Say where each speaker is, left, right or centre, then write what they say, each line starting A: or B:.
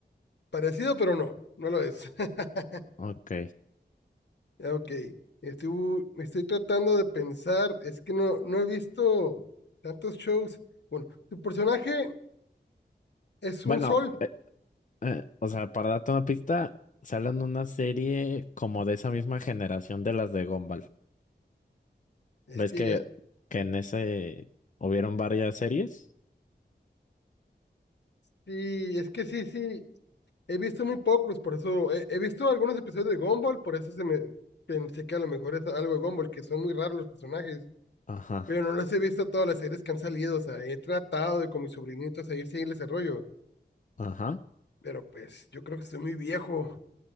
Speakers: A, on the left; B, on the left.
A: Parecido, pero no, no lo es. <laughs>
B: Ok.
A: Ok, estoy, estoy tratando de pensar, es que no, no he visto tantos shows. Bueno, tu personaje es
B: Bueno,
A: un sol,
B: Eh, o sea, para darte una pista, salen una serie como de esa misma generación de las de Gumball.
A: es
B: ¿Ves
A: que
B: que,
A: ya,
B: que en ese hubieron varias series?
A: sí, es que sí, sí, he visto muy pocos, por eso, he, he visto algunos episodios de Gumball, por eso se me pensé que a lo mejor es algo de Gumball, que son muy raros los personajes,
B: Ajá,
A: pero no los he visto todas las series que han salido, o sea, he tratado de con mis sobrinitos a ir seguirles el rollo,
B: ajá.
A: pero pues yo creo que estoy muy viejo,